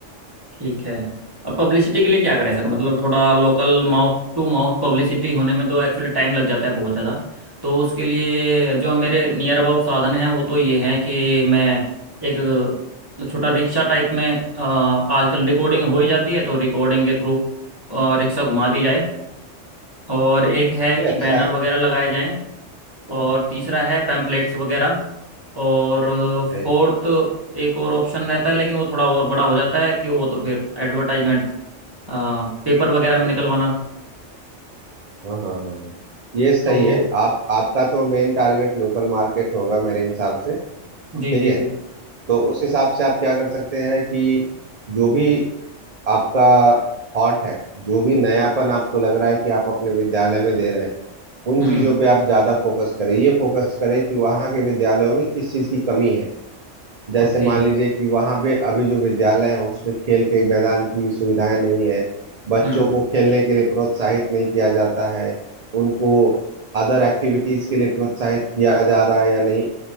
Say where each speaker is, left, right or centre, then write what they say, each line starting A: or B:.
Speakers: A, on the right (about 20°); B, on the right (about 35°).
A: ठीक है और पब्लिसिटी के लिए क्या करें सर मतलब थोड़ा local mouth to mouth publicity होने में तो एक्चुअली टाइम लग जाता है बहुत ज़्यादा तो उसके लिए जो मेरे नियर अबाउट साधन हैं वो तो ये हैं कि मैं एक छोटा रिक्शा टाइप में अ, आजकल रिकॉर्डिंग हो ही जाती है तो रिकॉर्डिंग के थ्रू रिक्शा घुमा दी जाए और एक है
B: ये
A: कि
B: अच्छा
A: बैनर
B: है
A: वगैरह लगाए जाएं और तीसरा है पैम्पलेट्स वगैरह और
B: है।
A: फोर्थ एक और ऑप्शन रहता है लेकिन वो थोड़ा और बड़ा हो जाता है कि वो तो फिर एडवर्टाइजमेंट आ, पेपर वगैरह में निकलवाना
B: हाँ हाँ हाँ हाँ। ये सही
A: तो
B: है आप आपका तो मेन टारगेट लोकल मार्केट होगा मेरे हिसाब से
A: जी
B: ठीक
A: जी
B: है
A: जी
B: तो उस हिसाब से आप क्या कर सकते हैं कि जो भी आपका थॉट है जो भी नयापन आपको लग रहा है कि आप अपने विद्यालय में दे रहे हैं उन
A: हम्म
B: चीजों पे आप ज्यादा फोकस करें ये फोकस करें कि वहाँ के विद्यालयों में किस चीज की कमी है जैसे
A: ओके
B: मान लीजिए कि वहाँ पे अभी जो विद्यालय है उसमें खेल के मैदान की सुविधाएं नहीं है बच्चों
A: हम्म
B: को खेलने के लिए प्रोत्साहित नहीं किया जाता है उनको अदर एक्टिविटीज के लिए प्रोत्साहित किया जा रहा है या नहीं